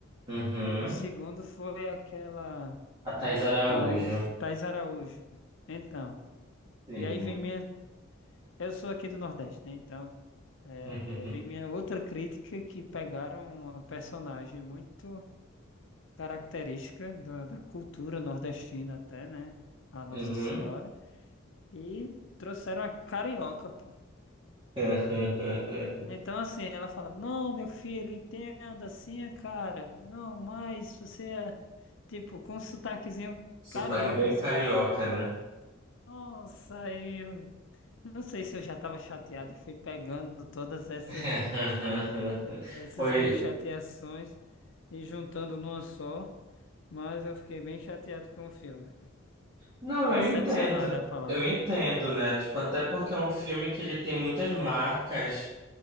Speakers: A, on the right; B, on the left.
A: Uhum.
B: E no segundo foi aquela
A: A Thais Araújo.
B: Thais, Thais Araújo. Então,
A: Sim.
B: e aí vem minha. Eu sou aqui do Nordeste, né? Então, é,
A: Uhum.
B: é, vem minha outra crítica que pegaram uma personagem muito característica do- da cultura nordestina, até, né? A Nossa
A: Uhum.
B: Senhora, e trouxeram a carioca, pô.
A: <laughs>
B: Então, assim, ela fala: Não, meu filho, entenda, assim, é cara. Não, mas você é, tipo, com um sotaquezinho
A: Sotaque
B: carioca,
A: bem
B: sabe?
A: carioca, né?
B: Nossa, aí eu não sei se eu já estava chateado e fui pegando todas essas,
A: <laughs>
B: essas
A: Foi.
B: minhas chateações e juntando numa só, mas eu fiquei bem chateado com o filme.
A: Não,
B: Decepcionado
A: eu entendo.
B: é a palavra.
A: Eu entendo, né? Tipo, até porque é um filme que ele tem muitas marcas